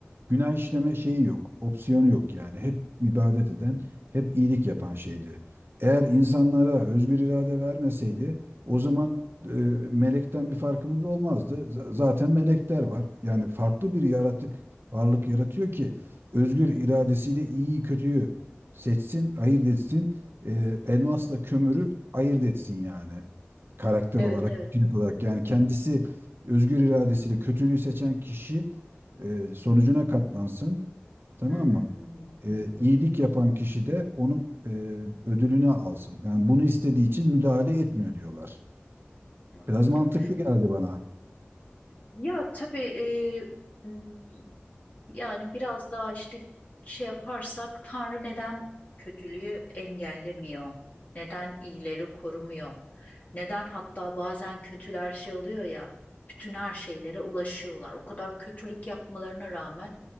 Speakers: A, on the right; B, on the left.
A: günah işleme şeyi yok. Opsiyonu yok yani. Hep ibadet
B: hı
A: eden,
B: hı.
A: hep iyilik yapan şeydi. Eğer insanlara özgür irade vermeseydi o zaman e, melekten bir farkımız olmazdı. Z- zaten melekler var. Yani farklı bir yaratık, varlık yaratıyor ki özgür iradesiyle iyiyi kötüyü seçsin, ayırt etsin. E, elmasla kömürü ayırt etsin yani karakter
B: Evet,
A: olarak,
B: evet.
A: kötülük olarak yani kendisi özgür iradesiyle kötülüğü seçen kişi e, sonucuna katlansın, tamam
B: Hı hı,
A: mı?
B: hı hı,
A: E,
B: hı hı.
A: iyilik yapan kişi de onun e, ödülünü alsın. Yani bunu istediği için müdahale etmiyor diyorlar.
B: Anladım.
A: Biraz mantıklı geldi bana.
B: Ya tabii e, m, Yani biraz daha işte şey yaparsak Tanrı neden kötülüğü engellemiyor? Neden iyileri korumuyor? Neden hatta bazen kötüler şey oluyor ya bütün her şeylere ulaşıyorlar. O kadar kötülük yapmalarına rağmen